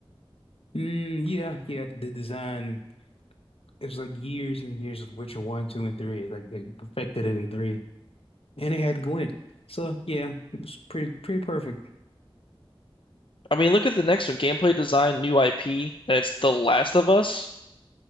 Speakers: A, on the left (about 80°); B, on the left (about 60°).
A: Mm, yeah, yeah. The design it was like years and years of Witcher 1, 2, and 3. Like they perfected it in 3. And it had Gwent. So yeah, it was pretty pretty perfect.
B: I mean, look at the next one. Gameplay design, new IP, and it's The Last of Us.